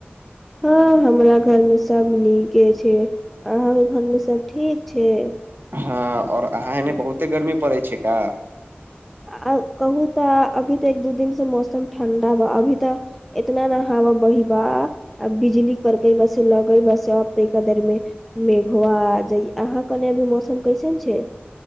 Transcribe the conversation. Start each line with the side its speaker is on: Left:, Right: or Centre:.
Centre: हँ हमरा घरमे सब नीके छै आहां ओ घरमे सब ठीक छै
Right: हँ और अहाँ एने बहुते गर्मी पड़ै छै का
Centre: आ कहू तऽ अभी तऽ एक दू दिन से मौसम ठंडा बा अभी तऽ इतना ने बहि बा आ बिजली करके बसे लगई बसे ब तऽ क देर मे मेघआ ह अहाँ क ने अभी मौसम कैसन छै